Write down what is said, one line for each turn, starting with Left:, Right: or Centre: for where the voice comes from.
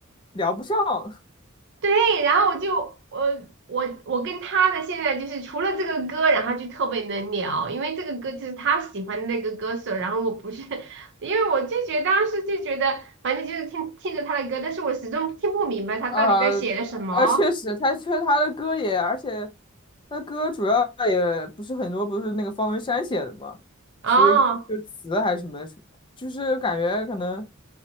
Left: 聊不上。<laughs>
Right: 对，然后我就我我我跟他的现在就是除了这个歌，然后就特别能聊，因为这个歌就是他喜欢的那个歌手，然后我不是，<laughs> 因为我就觉得当时就觉得，反正就是听听着他的歌，但是我始终听不明白他到底在写的什么
Left: 啊啊，确实，他确他的歌也，而且他歌主要也不是很多，不是那个方文山写的嘛，
Right: 哦，
Left: 所以就词还是什么什么，就是感觉可能